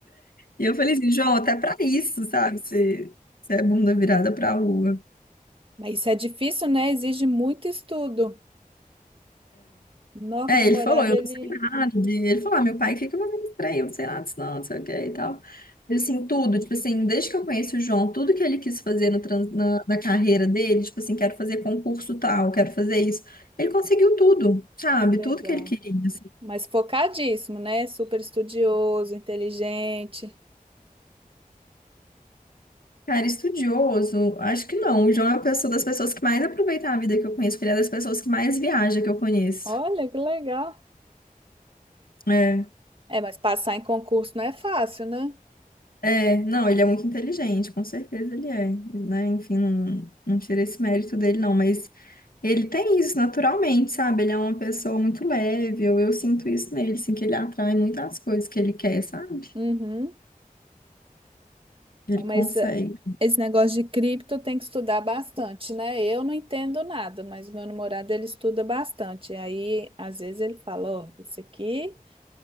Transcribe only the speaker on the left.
E eu falei assim, João, até pra isso, sabe? Você, você é bunda virada pra lua.
É,
ele falou, eu
não sei nada de... Ele falou, ah, meu pai, o que que eu vou fazer pra ele? Eu não sei nada disso não, não sei o que e tal. Mas, assim, tudo, tipo assim, desde que eu conheço o João, tudo que ele quis fazer no trans- na, na carreira dele, tipo assim, quero fazer concurso tal, quero fazer isso. Ele conseguiu tudo, sabe?
Tudo que ele queria, assim.
Cara, estudioso, acho que não. O João é uma pessoa das pessoas que mais aproveita a vida que eu conheço, porque ele é das pessoas que mais viaja que eu conheço.
É.
É, não, ele é muito inteligente, com certeza ele é, né? Enfim, não, não tira esse mérito dele, não, mas ele tem isso naturalmente, sabe? Ele é uma pessoa muito leve, eu, eu sinto isso nele, assim, que ele atrai muitas coisas que ele quer, sabe?
Ele
consegue,